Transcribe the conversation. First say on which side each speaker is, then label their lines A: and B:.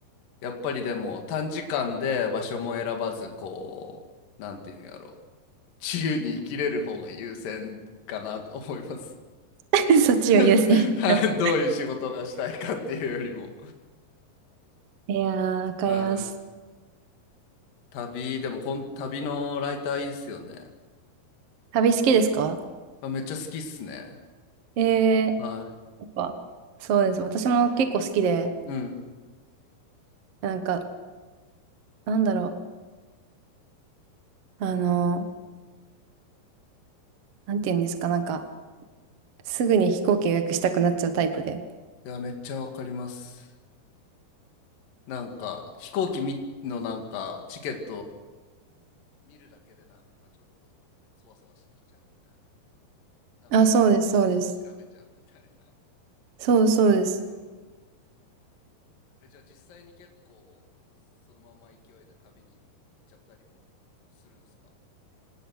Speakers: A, on the left (about 60°); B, on the right (about 60°).
A: やっぱりでも短時間で場所も選ばずこうなんていうんやろ自由に生きれる方が優先かなって思います。
B: <laughs> そっちを優先。
A: <laughs> はいどういう仕事がしたいかっていうよりも
B: ど。<laughs> いやー、わかります。
A: <laughs> はい旅でもこん旅のライターいいっすよね。
B: 旅好きですか
A: あめっちゃ好きっすね。
B: えー、
A: は
B: やっぱ、そうです。私も結構好きで、
A: い。うん。
B: なんか、なんだろう。あのー、なんて言うんですか、なんか、すぐに飛行機予約したくなっちゃうタイプで。
A: いやめっちゃわかります。なんか飛行機みのなんかチケット見るだけでなんかちょっとそわそわしてきちゃうみたいななんか無意識に調べちゃうみたいな
B: あ、そうです、そうです。そうそうです。
A: うーんえじゃあ実際に結構そのまま勢いで旅に行っちゃったりもするんすか